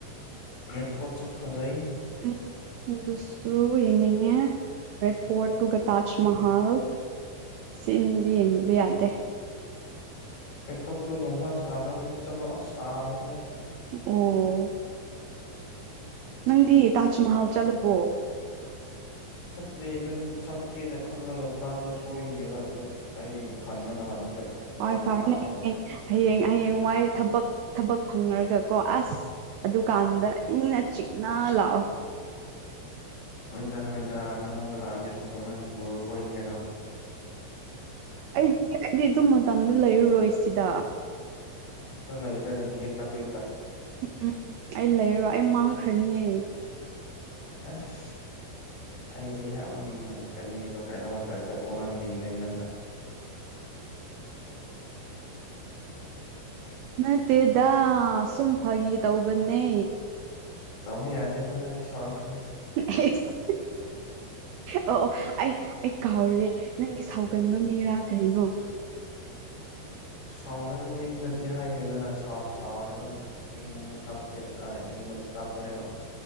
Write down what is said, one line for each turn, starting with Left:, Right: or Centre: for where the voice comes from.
Left: ꯔꯤꯠ ꯐꯣꯔꯠ ꯁꯨ ꯐꯖꯩ
Right: ꯎꯝ ꯑꯗꯨꯁꯨ ꯌꯦꯅꯤꯡꯉꯦ ꯔꯦꯠ ꯐꯣꯔꯠ ꯑꯗꯨꯒ ꯇꯥꯖ ꯃꯍꯜ ꯁꯤ ꯑꯅꯤꯗꯤ ꯌꯦꯡꯗꯕ ꯌꯥꯗꯦ
Left: ꯔꯦꯠ ꯐꯣꯔꯠꯇꯨ ꯅꯨꯡꯁꯥ ꯁꯥꯗꯃ ꯅꯨꯃꯤꯠ ꯆꯠꯂꯣ ꯑꯁ ꯁꯥꯕꯅꯦꯍꯦ
Right: ꯑꯣ ꯅꯪꯗꯤ ꯇꯥꯖ ꯃꯍꯜ ꯆꯠꯂꯕꯣ
Left: ꯆꯠꯇ꯭ꯔꯤ ꯑꯗꯨꯝ ꯆꯠꯀꯦꯅ ꯈꯜꯂꯒ ꯄ꯭ꯂꯥꯟꯗꯣ ꯁꯣꯏꯈꯤꯕ ꯑꯗꯨ ꯑꯩ ꯍꯟꯕꯅ ꯍꯥꯟꯈ꯭ꯔꯦ
Right: ꯍꯣꯏ
Left: ꯒꯨꯍꯥꯇꯤꯗ
Right: ꯐꯔꯦꯅꯦ
Left: ꯂꯥꯛꯄꯅ
Right: ꯍꯌꯦꯡ ꯍꯌꯦꯡ ꯋꯥꯏ ꯊꯕꯛ ꯊꯕꯛ ꯐꯪꯉꯔꯒ ꯀꯣ ꯑꯁ ꯑꯗꯨꯀꯥꯟꯗ ꯏꯪꯅ ꯆꯤꯛꯅ ꯂꯥꯛꯑꯣ
Left: ꯍꯣꯏꯗ ꯍꯣꯏꯗ ꯅꯉꯣꯟꯗ ꯂꯥꯛꯑꯒꯦ ꯑꯗꯨꯒ ꯅꯪ ꯄꯨꯔꯣ ꯀꯣꯏ ꯀꯩꯅꯣ
Right: <inaudible> ꯗꯤ ꯗꯨꯝ ꯃꯇꯝꯗ ꯂꯩꯔꯔꯣꯏ ꯁꯤꯗ
Left: ꯑꯗꯥ ꯂꯩꯇꯔꯒ ꯇꯤꯀꯦꯠ ꯀꯛꯄꯤ
Right: ꯎꯝ ꯎꯝ ꯑꯩ ꯂꯩꯔꯔꯣꯏ ꯑꯩ ꯃꯥꯡꯈ꯭ꯔꯅꯤꯌꯦ
Left: ꯑꯁ ꯑꯩꯁꯦ ꯌꯥꯝ ꯀꯔꯤꯕ ꯀꯩꯅꯣꯝꯃꯥ ꯇꯥꯏꯞꯇ ꯑꯣꯟꯍꯟꯕꯤꯒ꯭ꯔꯦ ꯅꯪꯅ
Right: ꯅꯠꯇꯦꯗ ꯁꯨꯝ ꯐꯥꯒꯤ ꯇꯧꯕꯅꯦ
Left: ꯇꯧꯕ ꯌꯥꯗꯦ ꯑꯗꯨꯗ ꯑꯩ ꯁꯥꯎꯔꯛꯀꯅꯤ
Right: <unintelligible> ꯑꯣ ꯑꯣ ꯑꯩ ꯑꯩ ꯀꯥꯎꯔꯤꯌꯦ ꯅꯪꯗꯤ ꯁꯥꯎꯒꯟꯕ ꯃꯤꯔꯥ ꯀꯔꯤꯅꯣ
Left: ꯁꯥꯎꯒꯟꯕ ꯃꯤꯗꯤ ꯅꯠꯇꯦ ꯍꯥꯏꯈ꯭ꯔꯦꯗꯅ ꯁꯥꯎ ꯁꯥꯎꯔ ꯑꯗꯨꯝ ꯏꯪꯕ ꯇꯞꯇꯦ ꯑꯥ ꯏꯪ ꯇꯞꯄꯅꯦꯕ